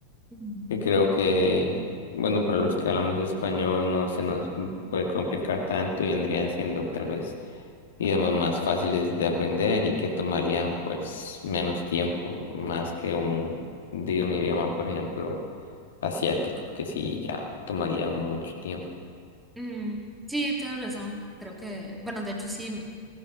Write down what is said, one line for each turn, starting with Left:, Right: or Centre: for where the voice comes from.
Centre: ujú,
Left: que creo que, bueno, para los que hablamos español no se nos puede complicar tanto y vendrían siendo tal vez idiomas más fáciles de aprender y que tomarían pues menos tiempo, más que un, de un idioma, por ejemplo, asiático, que sí ya tomaría mucho tiempo.
Centre: ujú. Sí, tienes razón. Creo que, bueno, de hecho sí,